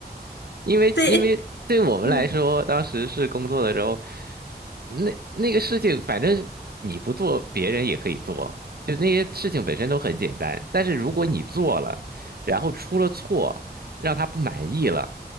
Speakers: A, on the right; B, on the left.
A: 因为因为对我们来说，
B: 对，<laughs> 嗯，
A: 当时是工作的时候，那那个事情，反正你不做，别人也可以做。就那些事情本身都很简单，但是如果你做了，然后出了错，让他不满意了，